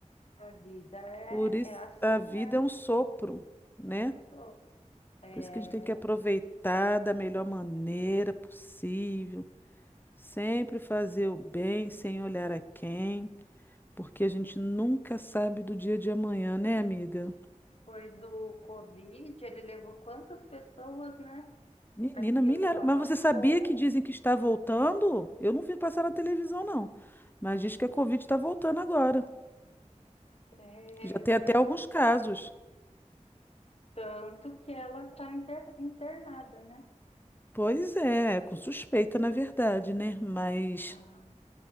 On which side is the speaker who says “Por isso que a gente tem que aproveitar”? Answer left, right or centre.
Left